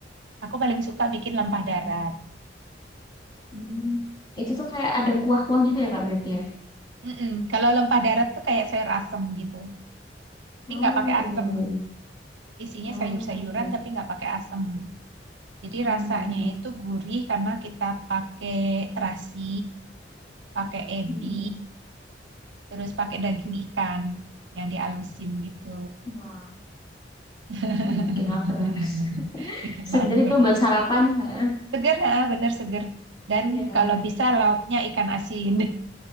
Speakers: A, on the right; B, on the left.
A: Aku paling suka bikin lempah
B: Oh.
A: darat.
B: Hmm. Itu tuh kayak ada kuah-kuah gitu ya Kak berarti ya?
A: Mm-mm. Kalau lempah darat tuh kayak sayur asem gitu. Tapi
B: Oh
A: nggak pakai
B: iya
A: asem.
B: iya iya.
A: Isinya
B: Oh
A: sayur-sayuran
B: oke.
A: tapi nggak pakai asem. Jadi
B: Hmm.
A: rasanya
B: hmm, hmm.
A: itu gurih karena kita pakai terasi, pakai ebi,
B: Hmm,
A: terus pakai daging ikan yang dialusin gitu.
B: hmm. Wow.
A: <laughs>
B: Jadi bikin lapar ya. <laughs>
A: Bikin
B: Segar
A: lapar.
B: itu buat sarapan. Heeh.
A: Seger, ah, bener seger. Dan
B: Iya.
A: kalau bisa lauknya ikan asin.